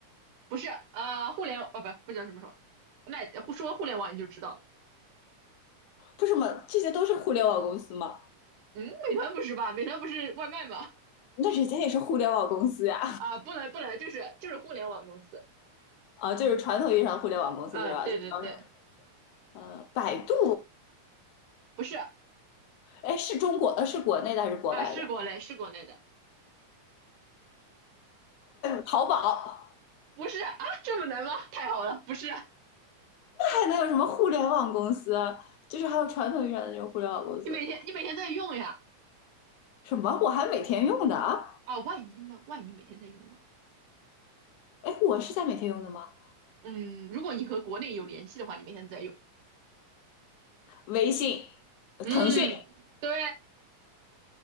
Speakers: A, on the right (about 75°); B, on the left (about 75°).
A: 不是啊，互联网哦，不，不知道什么说，那说互联网你就知道了
B: 不是吗？这些都是互联网公司吗？
A: 嗯，美团不是吧？美团不是外卖吗？
B: 那人家也是互联网公司呀，
A: 啊，不能不能，就是就是互联网公司。
B: 啊，就是传统意义上的互联网公司对吧？
A: 嗯，对对对，
B: 就主要是呃，百度，
A: 不是，
B: 哎，是中国呃是国内的还是国外的？
A: 啊，是国内是国内的，
B: 淘宝
A: 不是啊，这么难吗？太好了，不是，
B: 还能有什么互联网公司，就是还有传统意义上的那种互联网公司。
A: 你每天你每天在用呀，
B: 什么？我还每天用的啊？
A: 啊，万一呢？万一每天在用呢？
B: 哎，我是在每天用的吗？
A: 嗯，如果你和国内有联系的话，你每天在用。
B: 微信、
A: 嗯，
B: 腾讯，
A: 对。